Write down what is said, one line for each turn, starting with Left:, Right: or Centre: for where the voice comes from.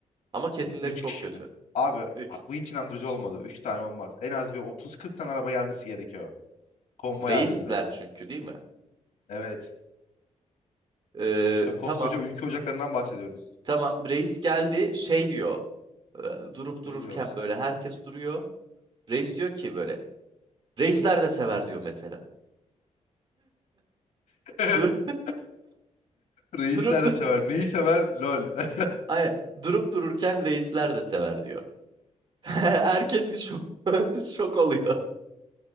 Right: Ama kesimleri
Left: Yani üç
Right: çok
Left: kişi
Right: kötü.
Left: mi? Abi
Right: 3
Left: bu hiç inandırıcı olmadı. Üç tane olmaz. En az bir 30-40 tane araba gelmesi gerekiyor. Konvoy
Right: Reisler
Left: halinde.
Right: çünkü değil mi?
Left: Evet.
Right: Ee,
Left: Sonuçta koskoca
Right: tamam.
Left: ülke ocaklarından bahsediyoruz.
Right: Tamam. Reis geldi şey diyor. e, durup
Left: Ne
Right: dururken
Left: diyor?
Right: böyle herkes duruyor. Reis diyor ki böyle. Reisler de sever diyor mesela.
Left: <laughs>
Right: Dur
Left: Reisler
Right: <laughs> durup dur
Left: de sever. Neyi sever? LOL. <laughs>
Right: Aynen. Durup dururken reisler de sever diyor. <laughs> Herkes bir şok, <laughs> şok oluyor.